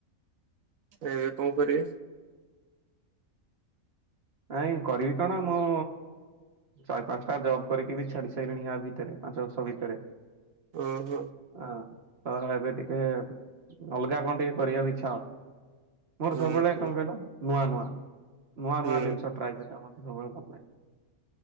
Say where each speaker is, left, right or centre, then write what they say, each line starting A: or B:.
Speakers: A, on the right; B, on the right.
A: ଏବେ କଣ କରିବେ?
B: ନାଇଁ କରିବି କଣ ମୁଁ ଚାରି ପାଞ୍ଚଟା ଜବ୍ କରିକି ବି ଛାଡି ସାରିଲିଣି ୟା ଭିତରେ ପାଞ୍ଚ ବର୍ଷ ଭିତରେ।
A: ଓହ।
B: ହଁ ତ ଏବେ ଟିକେ ଅଲଗା କଣ ଟିକେ କରିବାକୁ ଇଚ୍ଛା। ମୋର
A: ହୁଁ
B: ସବୁବେଳେ
A: ହୁଁ
B: କଣ କହିଲ ନୂଆ ନୂଆ ନୂଆ
A: ହୁଁ
B: ନୂଆ ଜିନଷ। ଟ୍ରାଏ କରିବାକୁ ମତେ ସବୁବେଳେ ଭଲଲାଗେ।